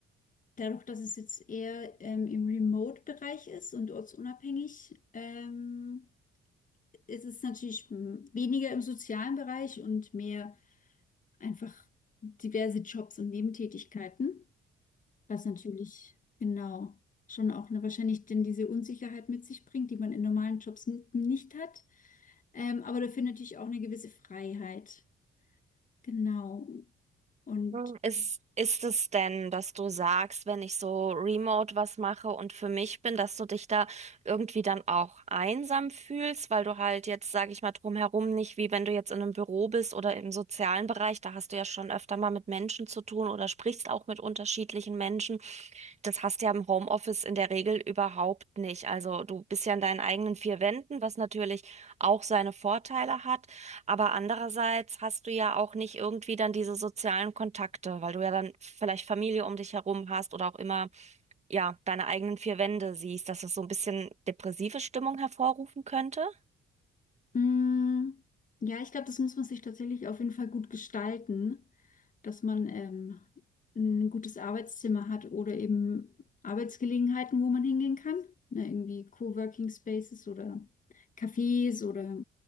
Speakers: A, on the left; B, on the right.
A: dadurch, dass es jetzt eher ähm, im Remote-Bereich ist und ortsunabhängig, ähm, es ist natürlich mm, weniger im sozialen Bereich und mehr einfach diverse Jobs und Nebentätigkeiten, was natürlich genau schon auch eine, wahrscheinlich denn diese Unsicherheit mit sich bringt, die man in normalen Jobs n- nicht hat. Ähm, aber dafür natürlich auch eine gewisse Freiheit. Genau. Und
B: Hm. Ist, ist es denn, dass du sagst, wenn ich so remote was mache und für mich bin, dass du dich da irgendwie dann auch einsam fühlst, weil du halt jetzt, sage ich mal, drumherum nicht, wie wenn du jetzt in einem Büro bist oder im sozialen Bereich, da hast du ja schon öfter mal mit Menschen zu tun oder sprichst auch mit unterschiedlichen Menschen. Das hast du ja im Homeoffice in der Regel überhaupt nicht. Also du bist ja in deinen eigenen vier Wänden, was natürlich auch seine Vorteile hat. Aber andererseits hast du ja auch nicht irgendwie dann diese sozialen Kontakte, weil du ja dann vielleicht Familie um dich herum hast oder auch immer, ja, deine eigenen vier Wände siehst, dass das so ein bisschen depressive Stimmung hervorrufen könnte.
A: Mm, Ja, ich glaube, das muss man sich tatsächlich auf jeden Fall gut gestalten, dass man ähm, ein gutes Arbeitszimmer hat oder eben Arbeitsgelegenheiten, wo man hingehen kann. Ne, irgendwie Coworking Spaces oder Cafés oder